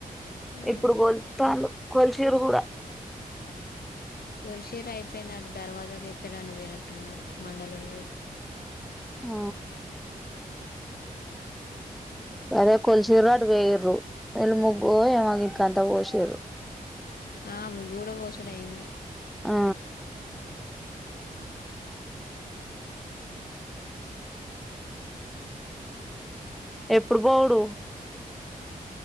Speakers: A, on the left (about 80°); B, in the centre.
A: ఆ
B: ఇప్పుడు కొలుత్తాల్లు కొలిషిరు కూడా
A: కొలిశిర్రు అయిపోయింది అటు దర్వాజకు ఎత్తడానికి వపోయినట్టున్నడు మండలోల్లది
B: ఆ అదే కొలిశిర్రు అటు పాయిర్రు వీళ్ళు ముగ్గు ఏమో వీటికంత పోషిర్రు
A: ఆ ముగ్గు కూడా పోసుడయింది
B: ఆ ఎప్పుడు పోవుడు